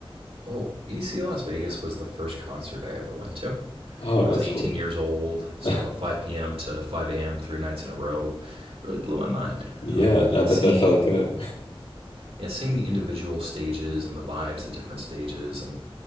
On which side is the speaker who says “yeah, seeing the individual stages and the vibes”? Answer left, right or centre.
Right